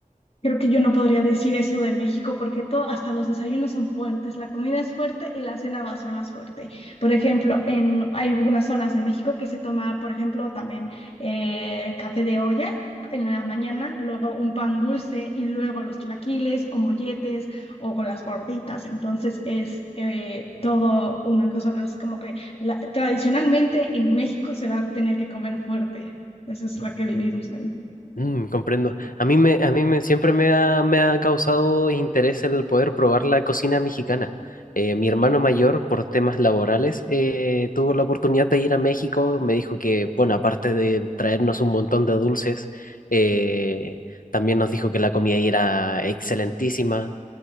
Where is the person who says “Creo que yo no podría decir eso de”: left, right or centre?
Left